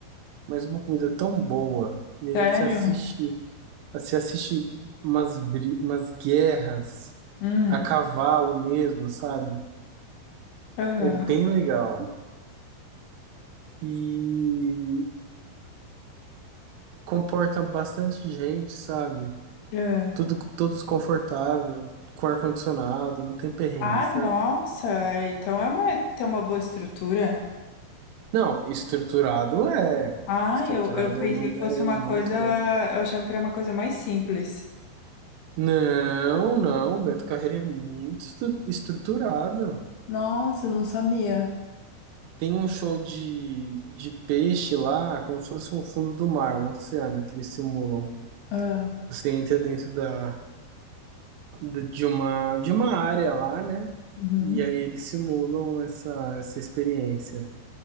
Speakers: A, on the right; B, on the left.
A: mas uma comida tão boa. E aí
B: sério?
A: você assiste Você assiste umas, bri- umas guerras
B: Hum,
A: a cavalo mesmo, sabe?
B: aham.
A: É bem legal. E comporta bastante gente, sabe?
B: É.
A: Tudo, todos confortável, com ar-condicionado, não tem perrengue,
B: Ah,
A: sabe?
B: nossa, então é uma, tem uma boa estrutura.
A: Não, estruturado é.
B: Ah,
A: Estruturado
B: eu, eu pensei
A: é, mu-
B: que fosse
A: é
B: uma
A: muito
B: coisa,
A: bom.
B: eu achava que era uma coisa mais simples.
A: Não, não, Beto Carreiro é muito estru- estruturado.
B: Nossa, eu não sabia.
A: Tem um show de, de peixe lá, como se fosse um fundo do mar, um oceano que eles simulam.
B: Ah,
A: Você entra dentro da, da- de uma, de uma área lá, né?
B: uhum,
A: E aí eles simulam essa, essa experiência.